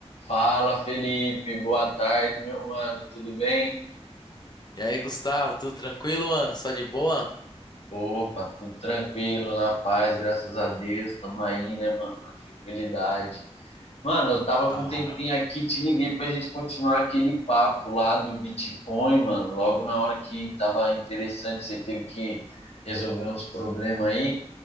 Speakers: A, on the left (about 65°); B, on the left (about 40°).
A: Fala, Felipe. Boa tarde, meu mano. Tudo bem?
B: E aí, Gustavo, tudo tranquilo, mano? Só de boa?
A: Opa, tudo tranquilo, na paz, graças a Deus. Tamo aí, né, mano? Na tranquilidade. Mano, eu tava
B: Pô, da
A: com
B: hora.
A: um tempinho aqui, te liguei pra gente continuar aquele papo lá do Bitcoin, mano. Logo na hora que tava interessante, você teve que resolver uns problemas aí,